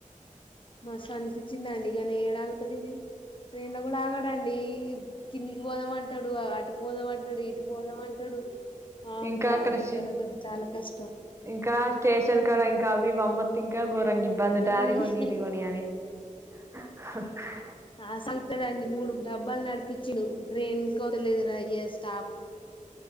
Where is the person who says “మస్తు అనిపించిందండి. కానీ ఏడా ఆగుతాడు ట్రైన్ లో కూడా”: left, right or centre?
Left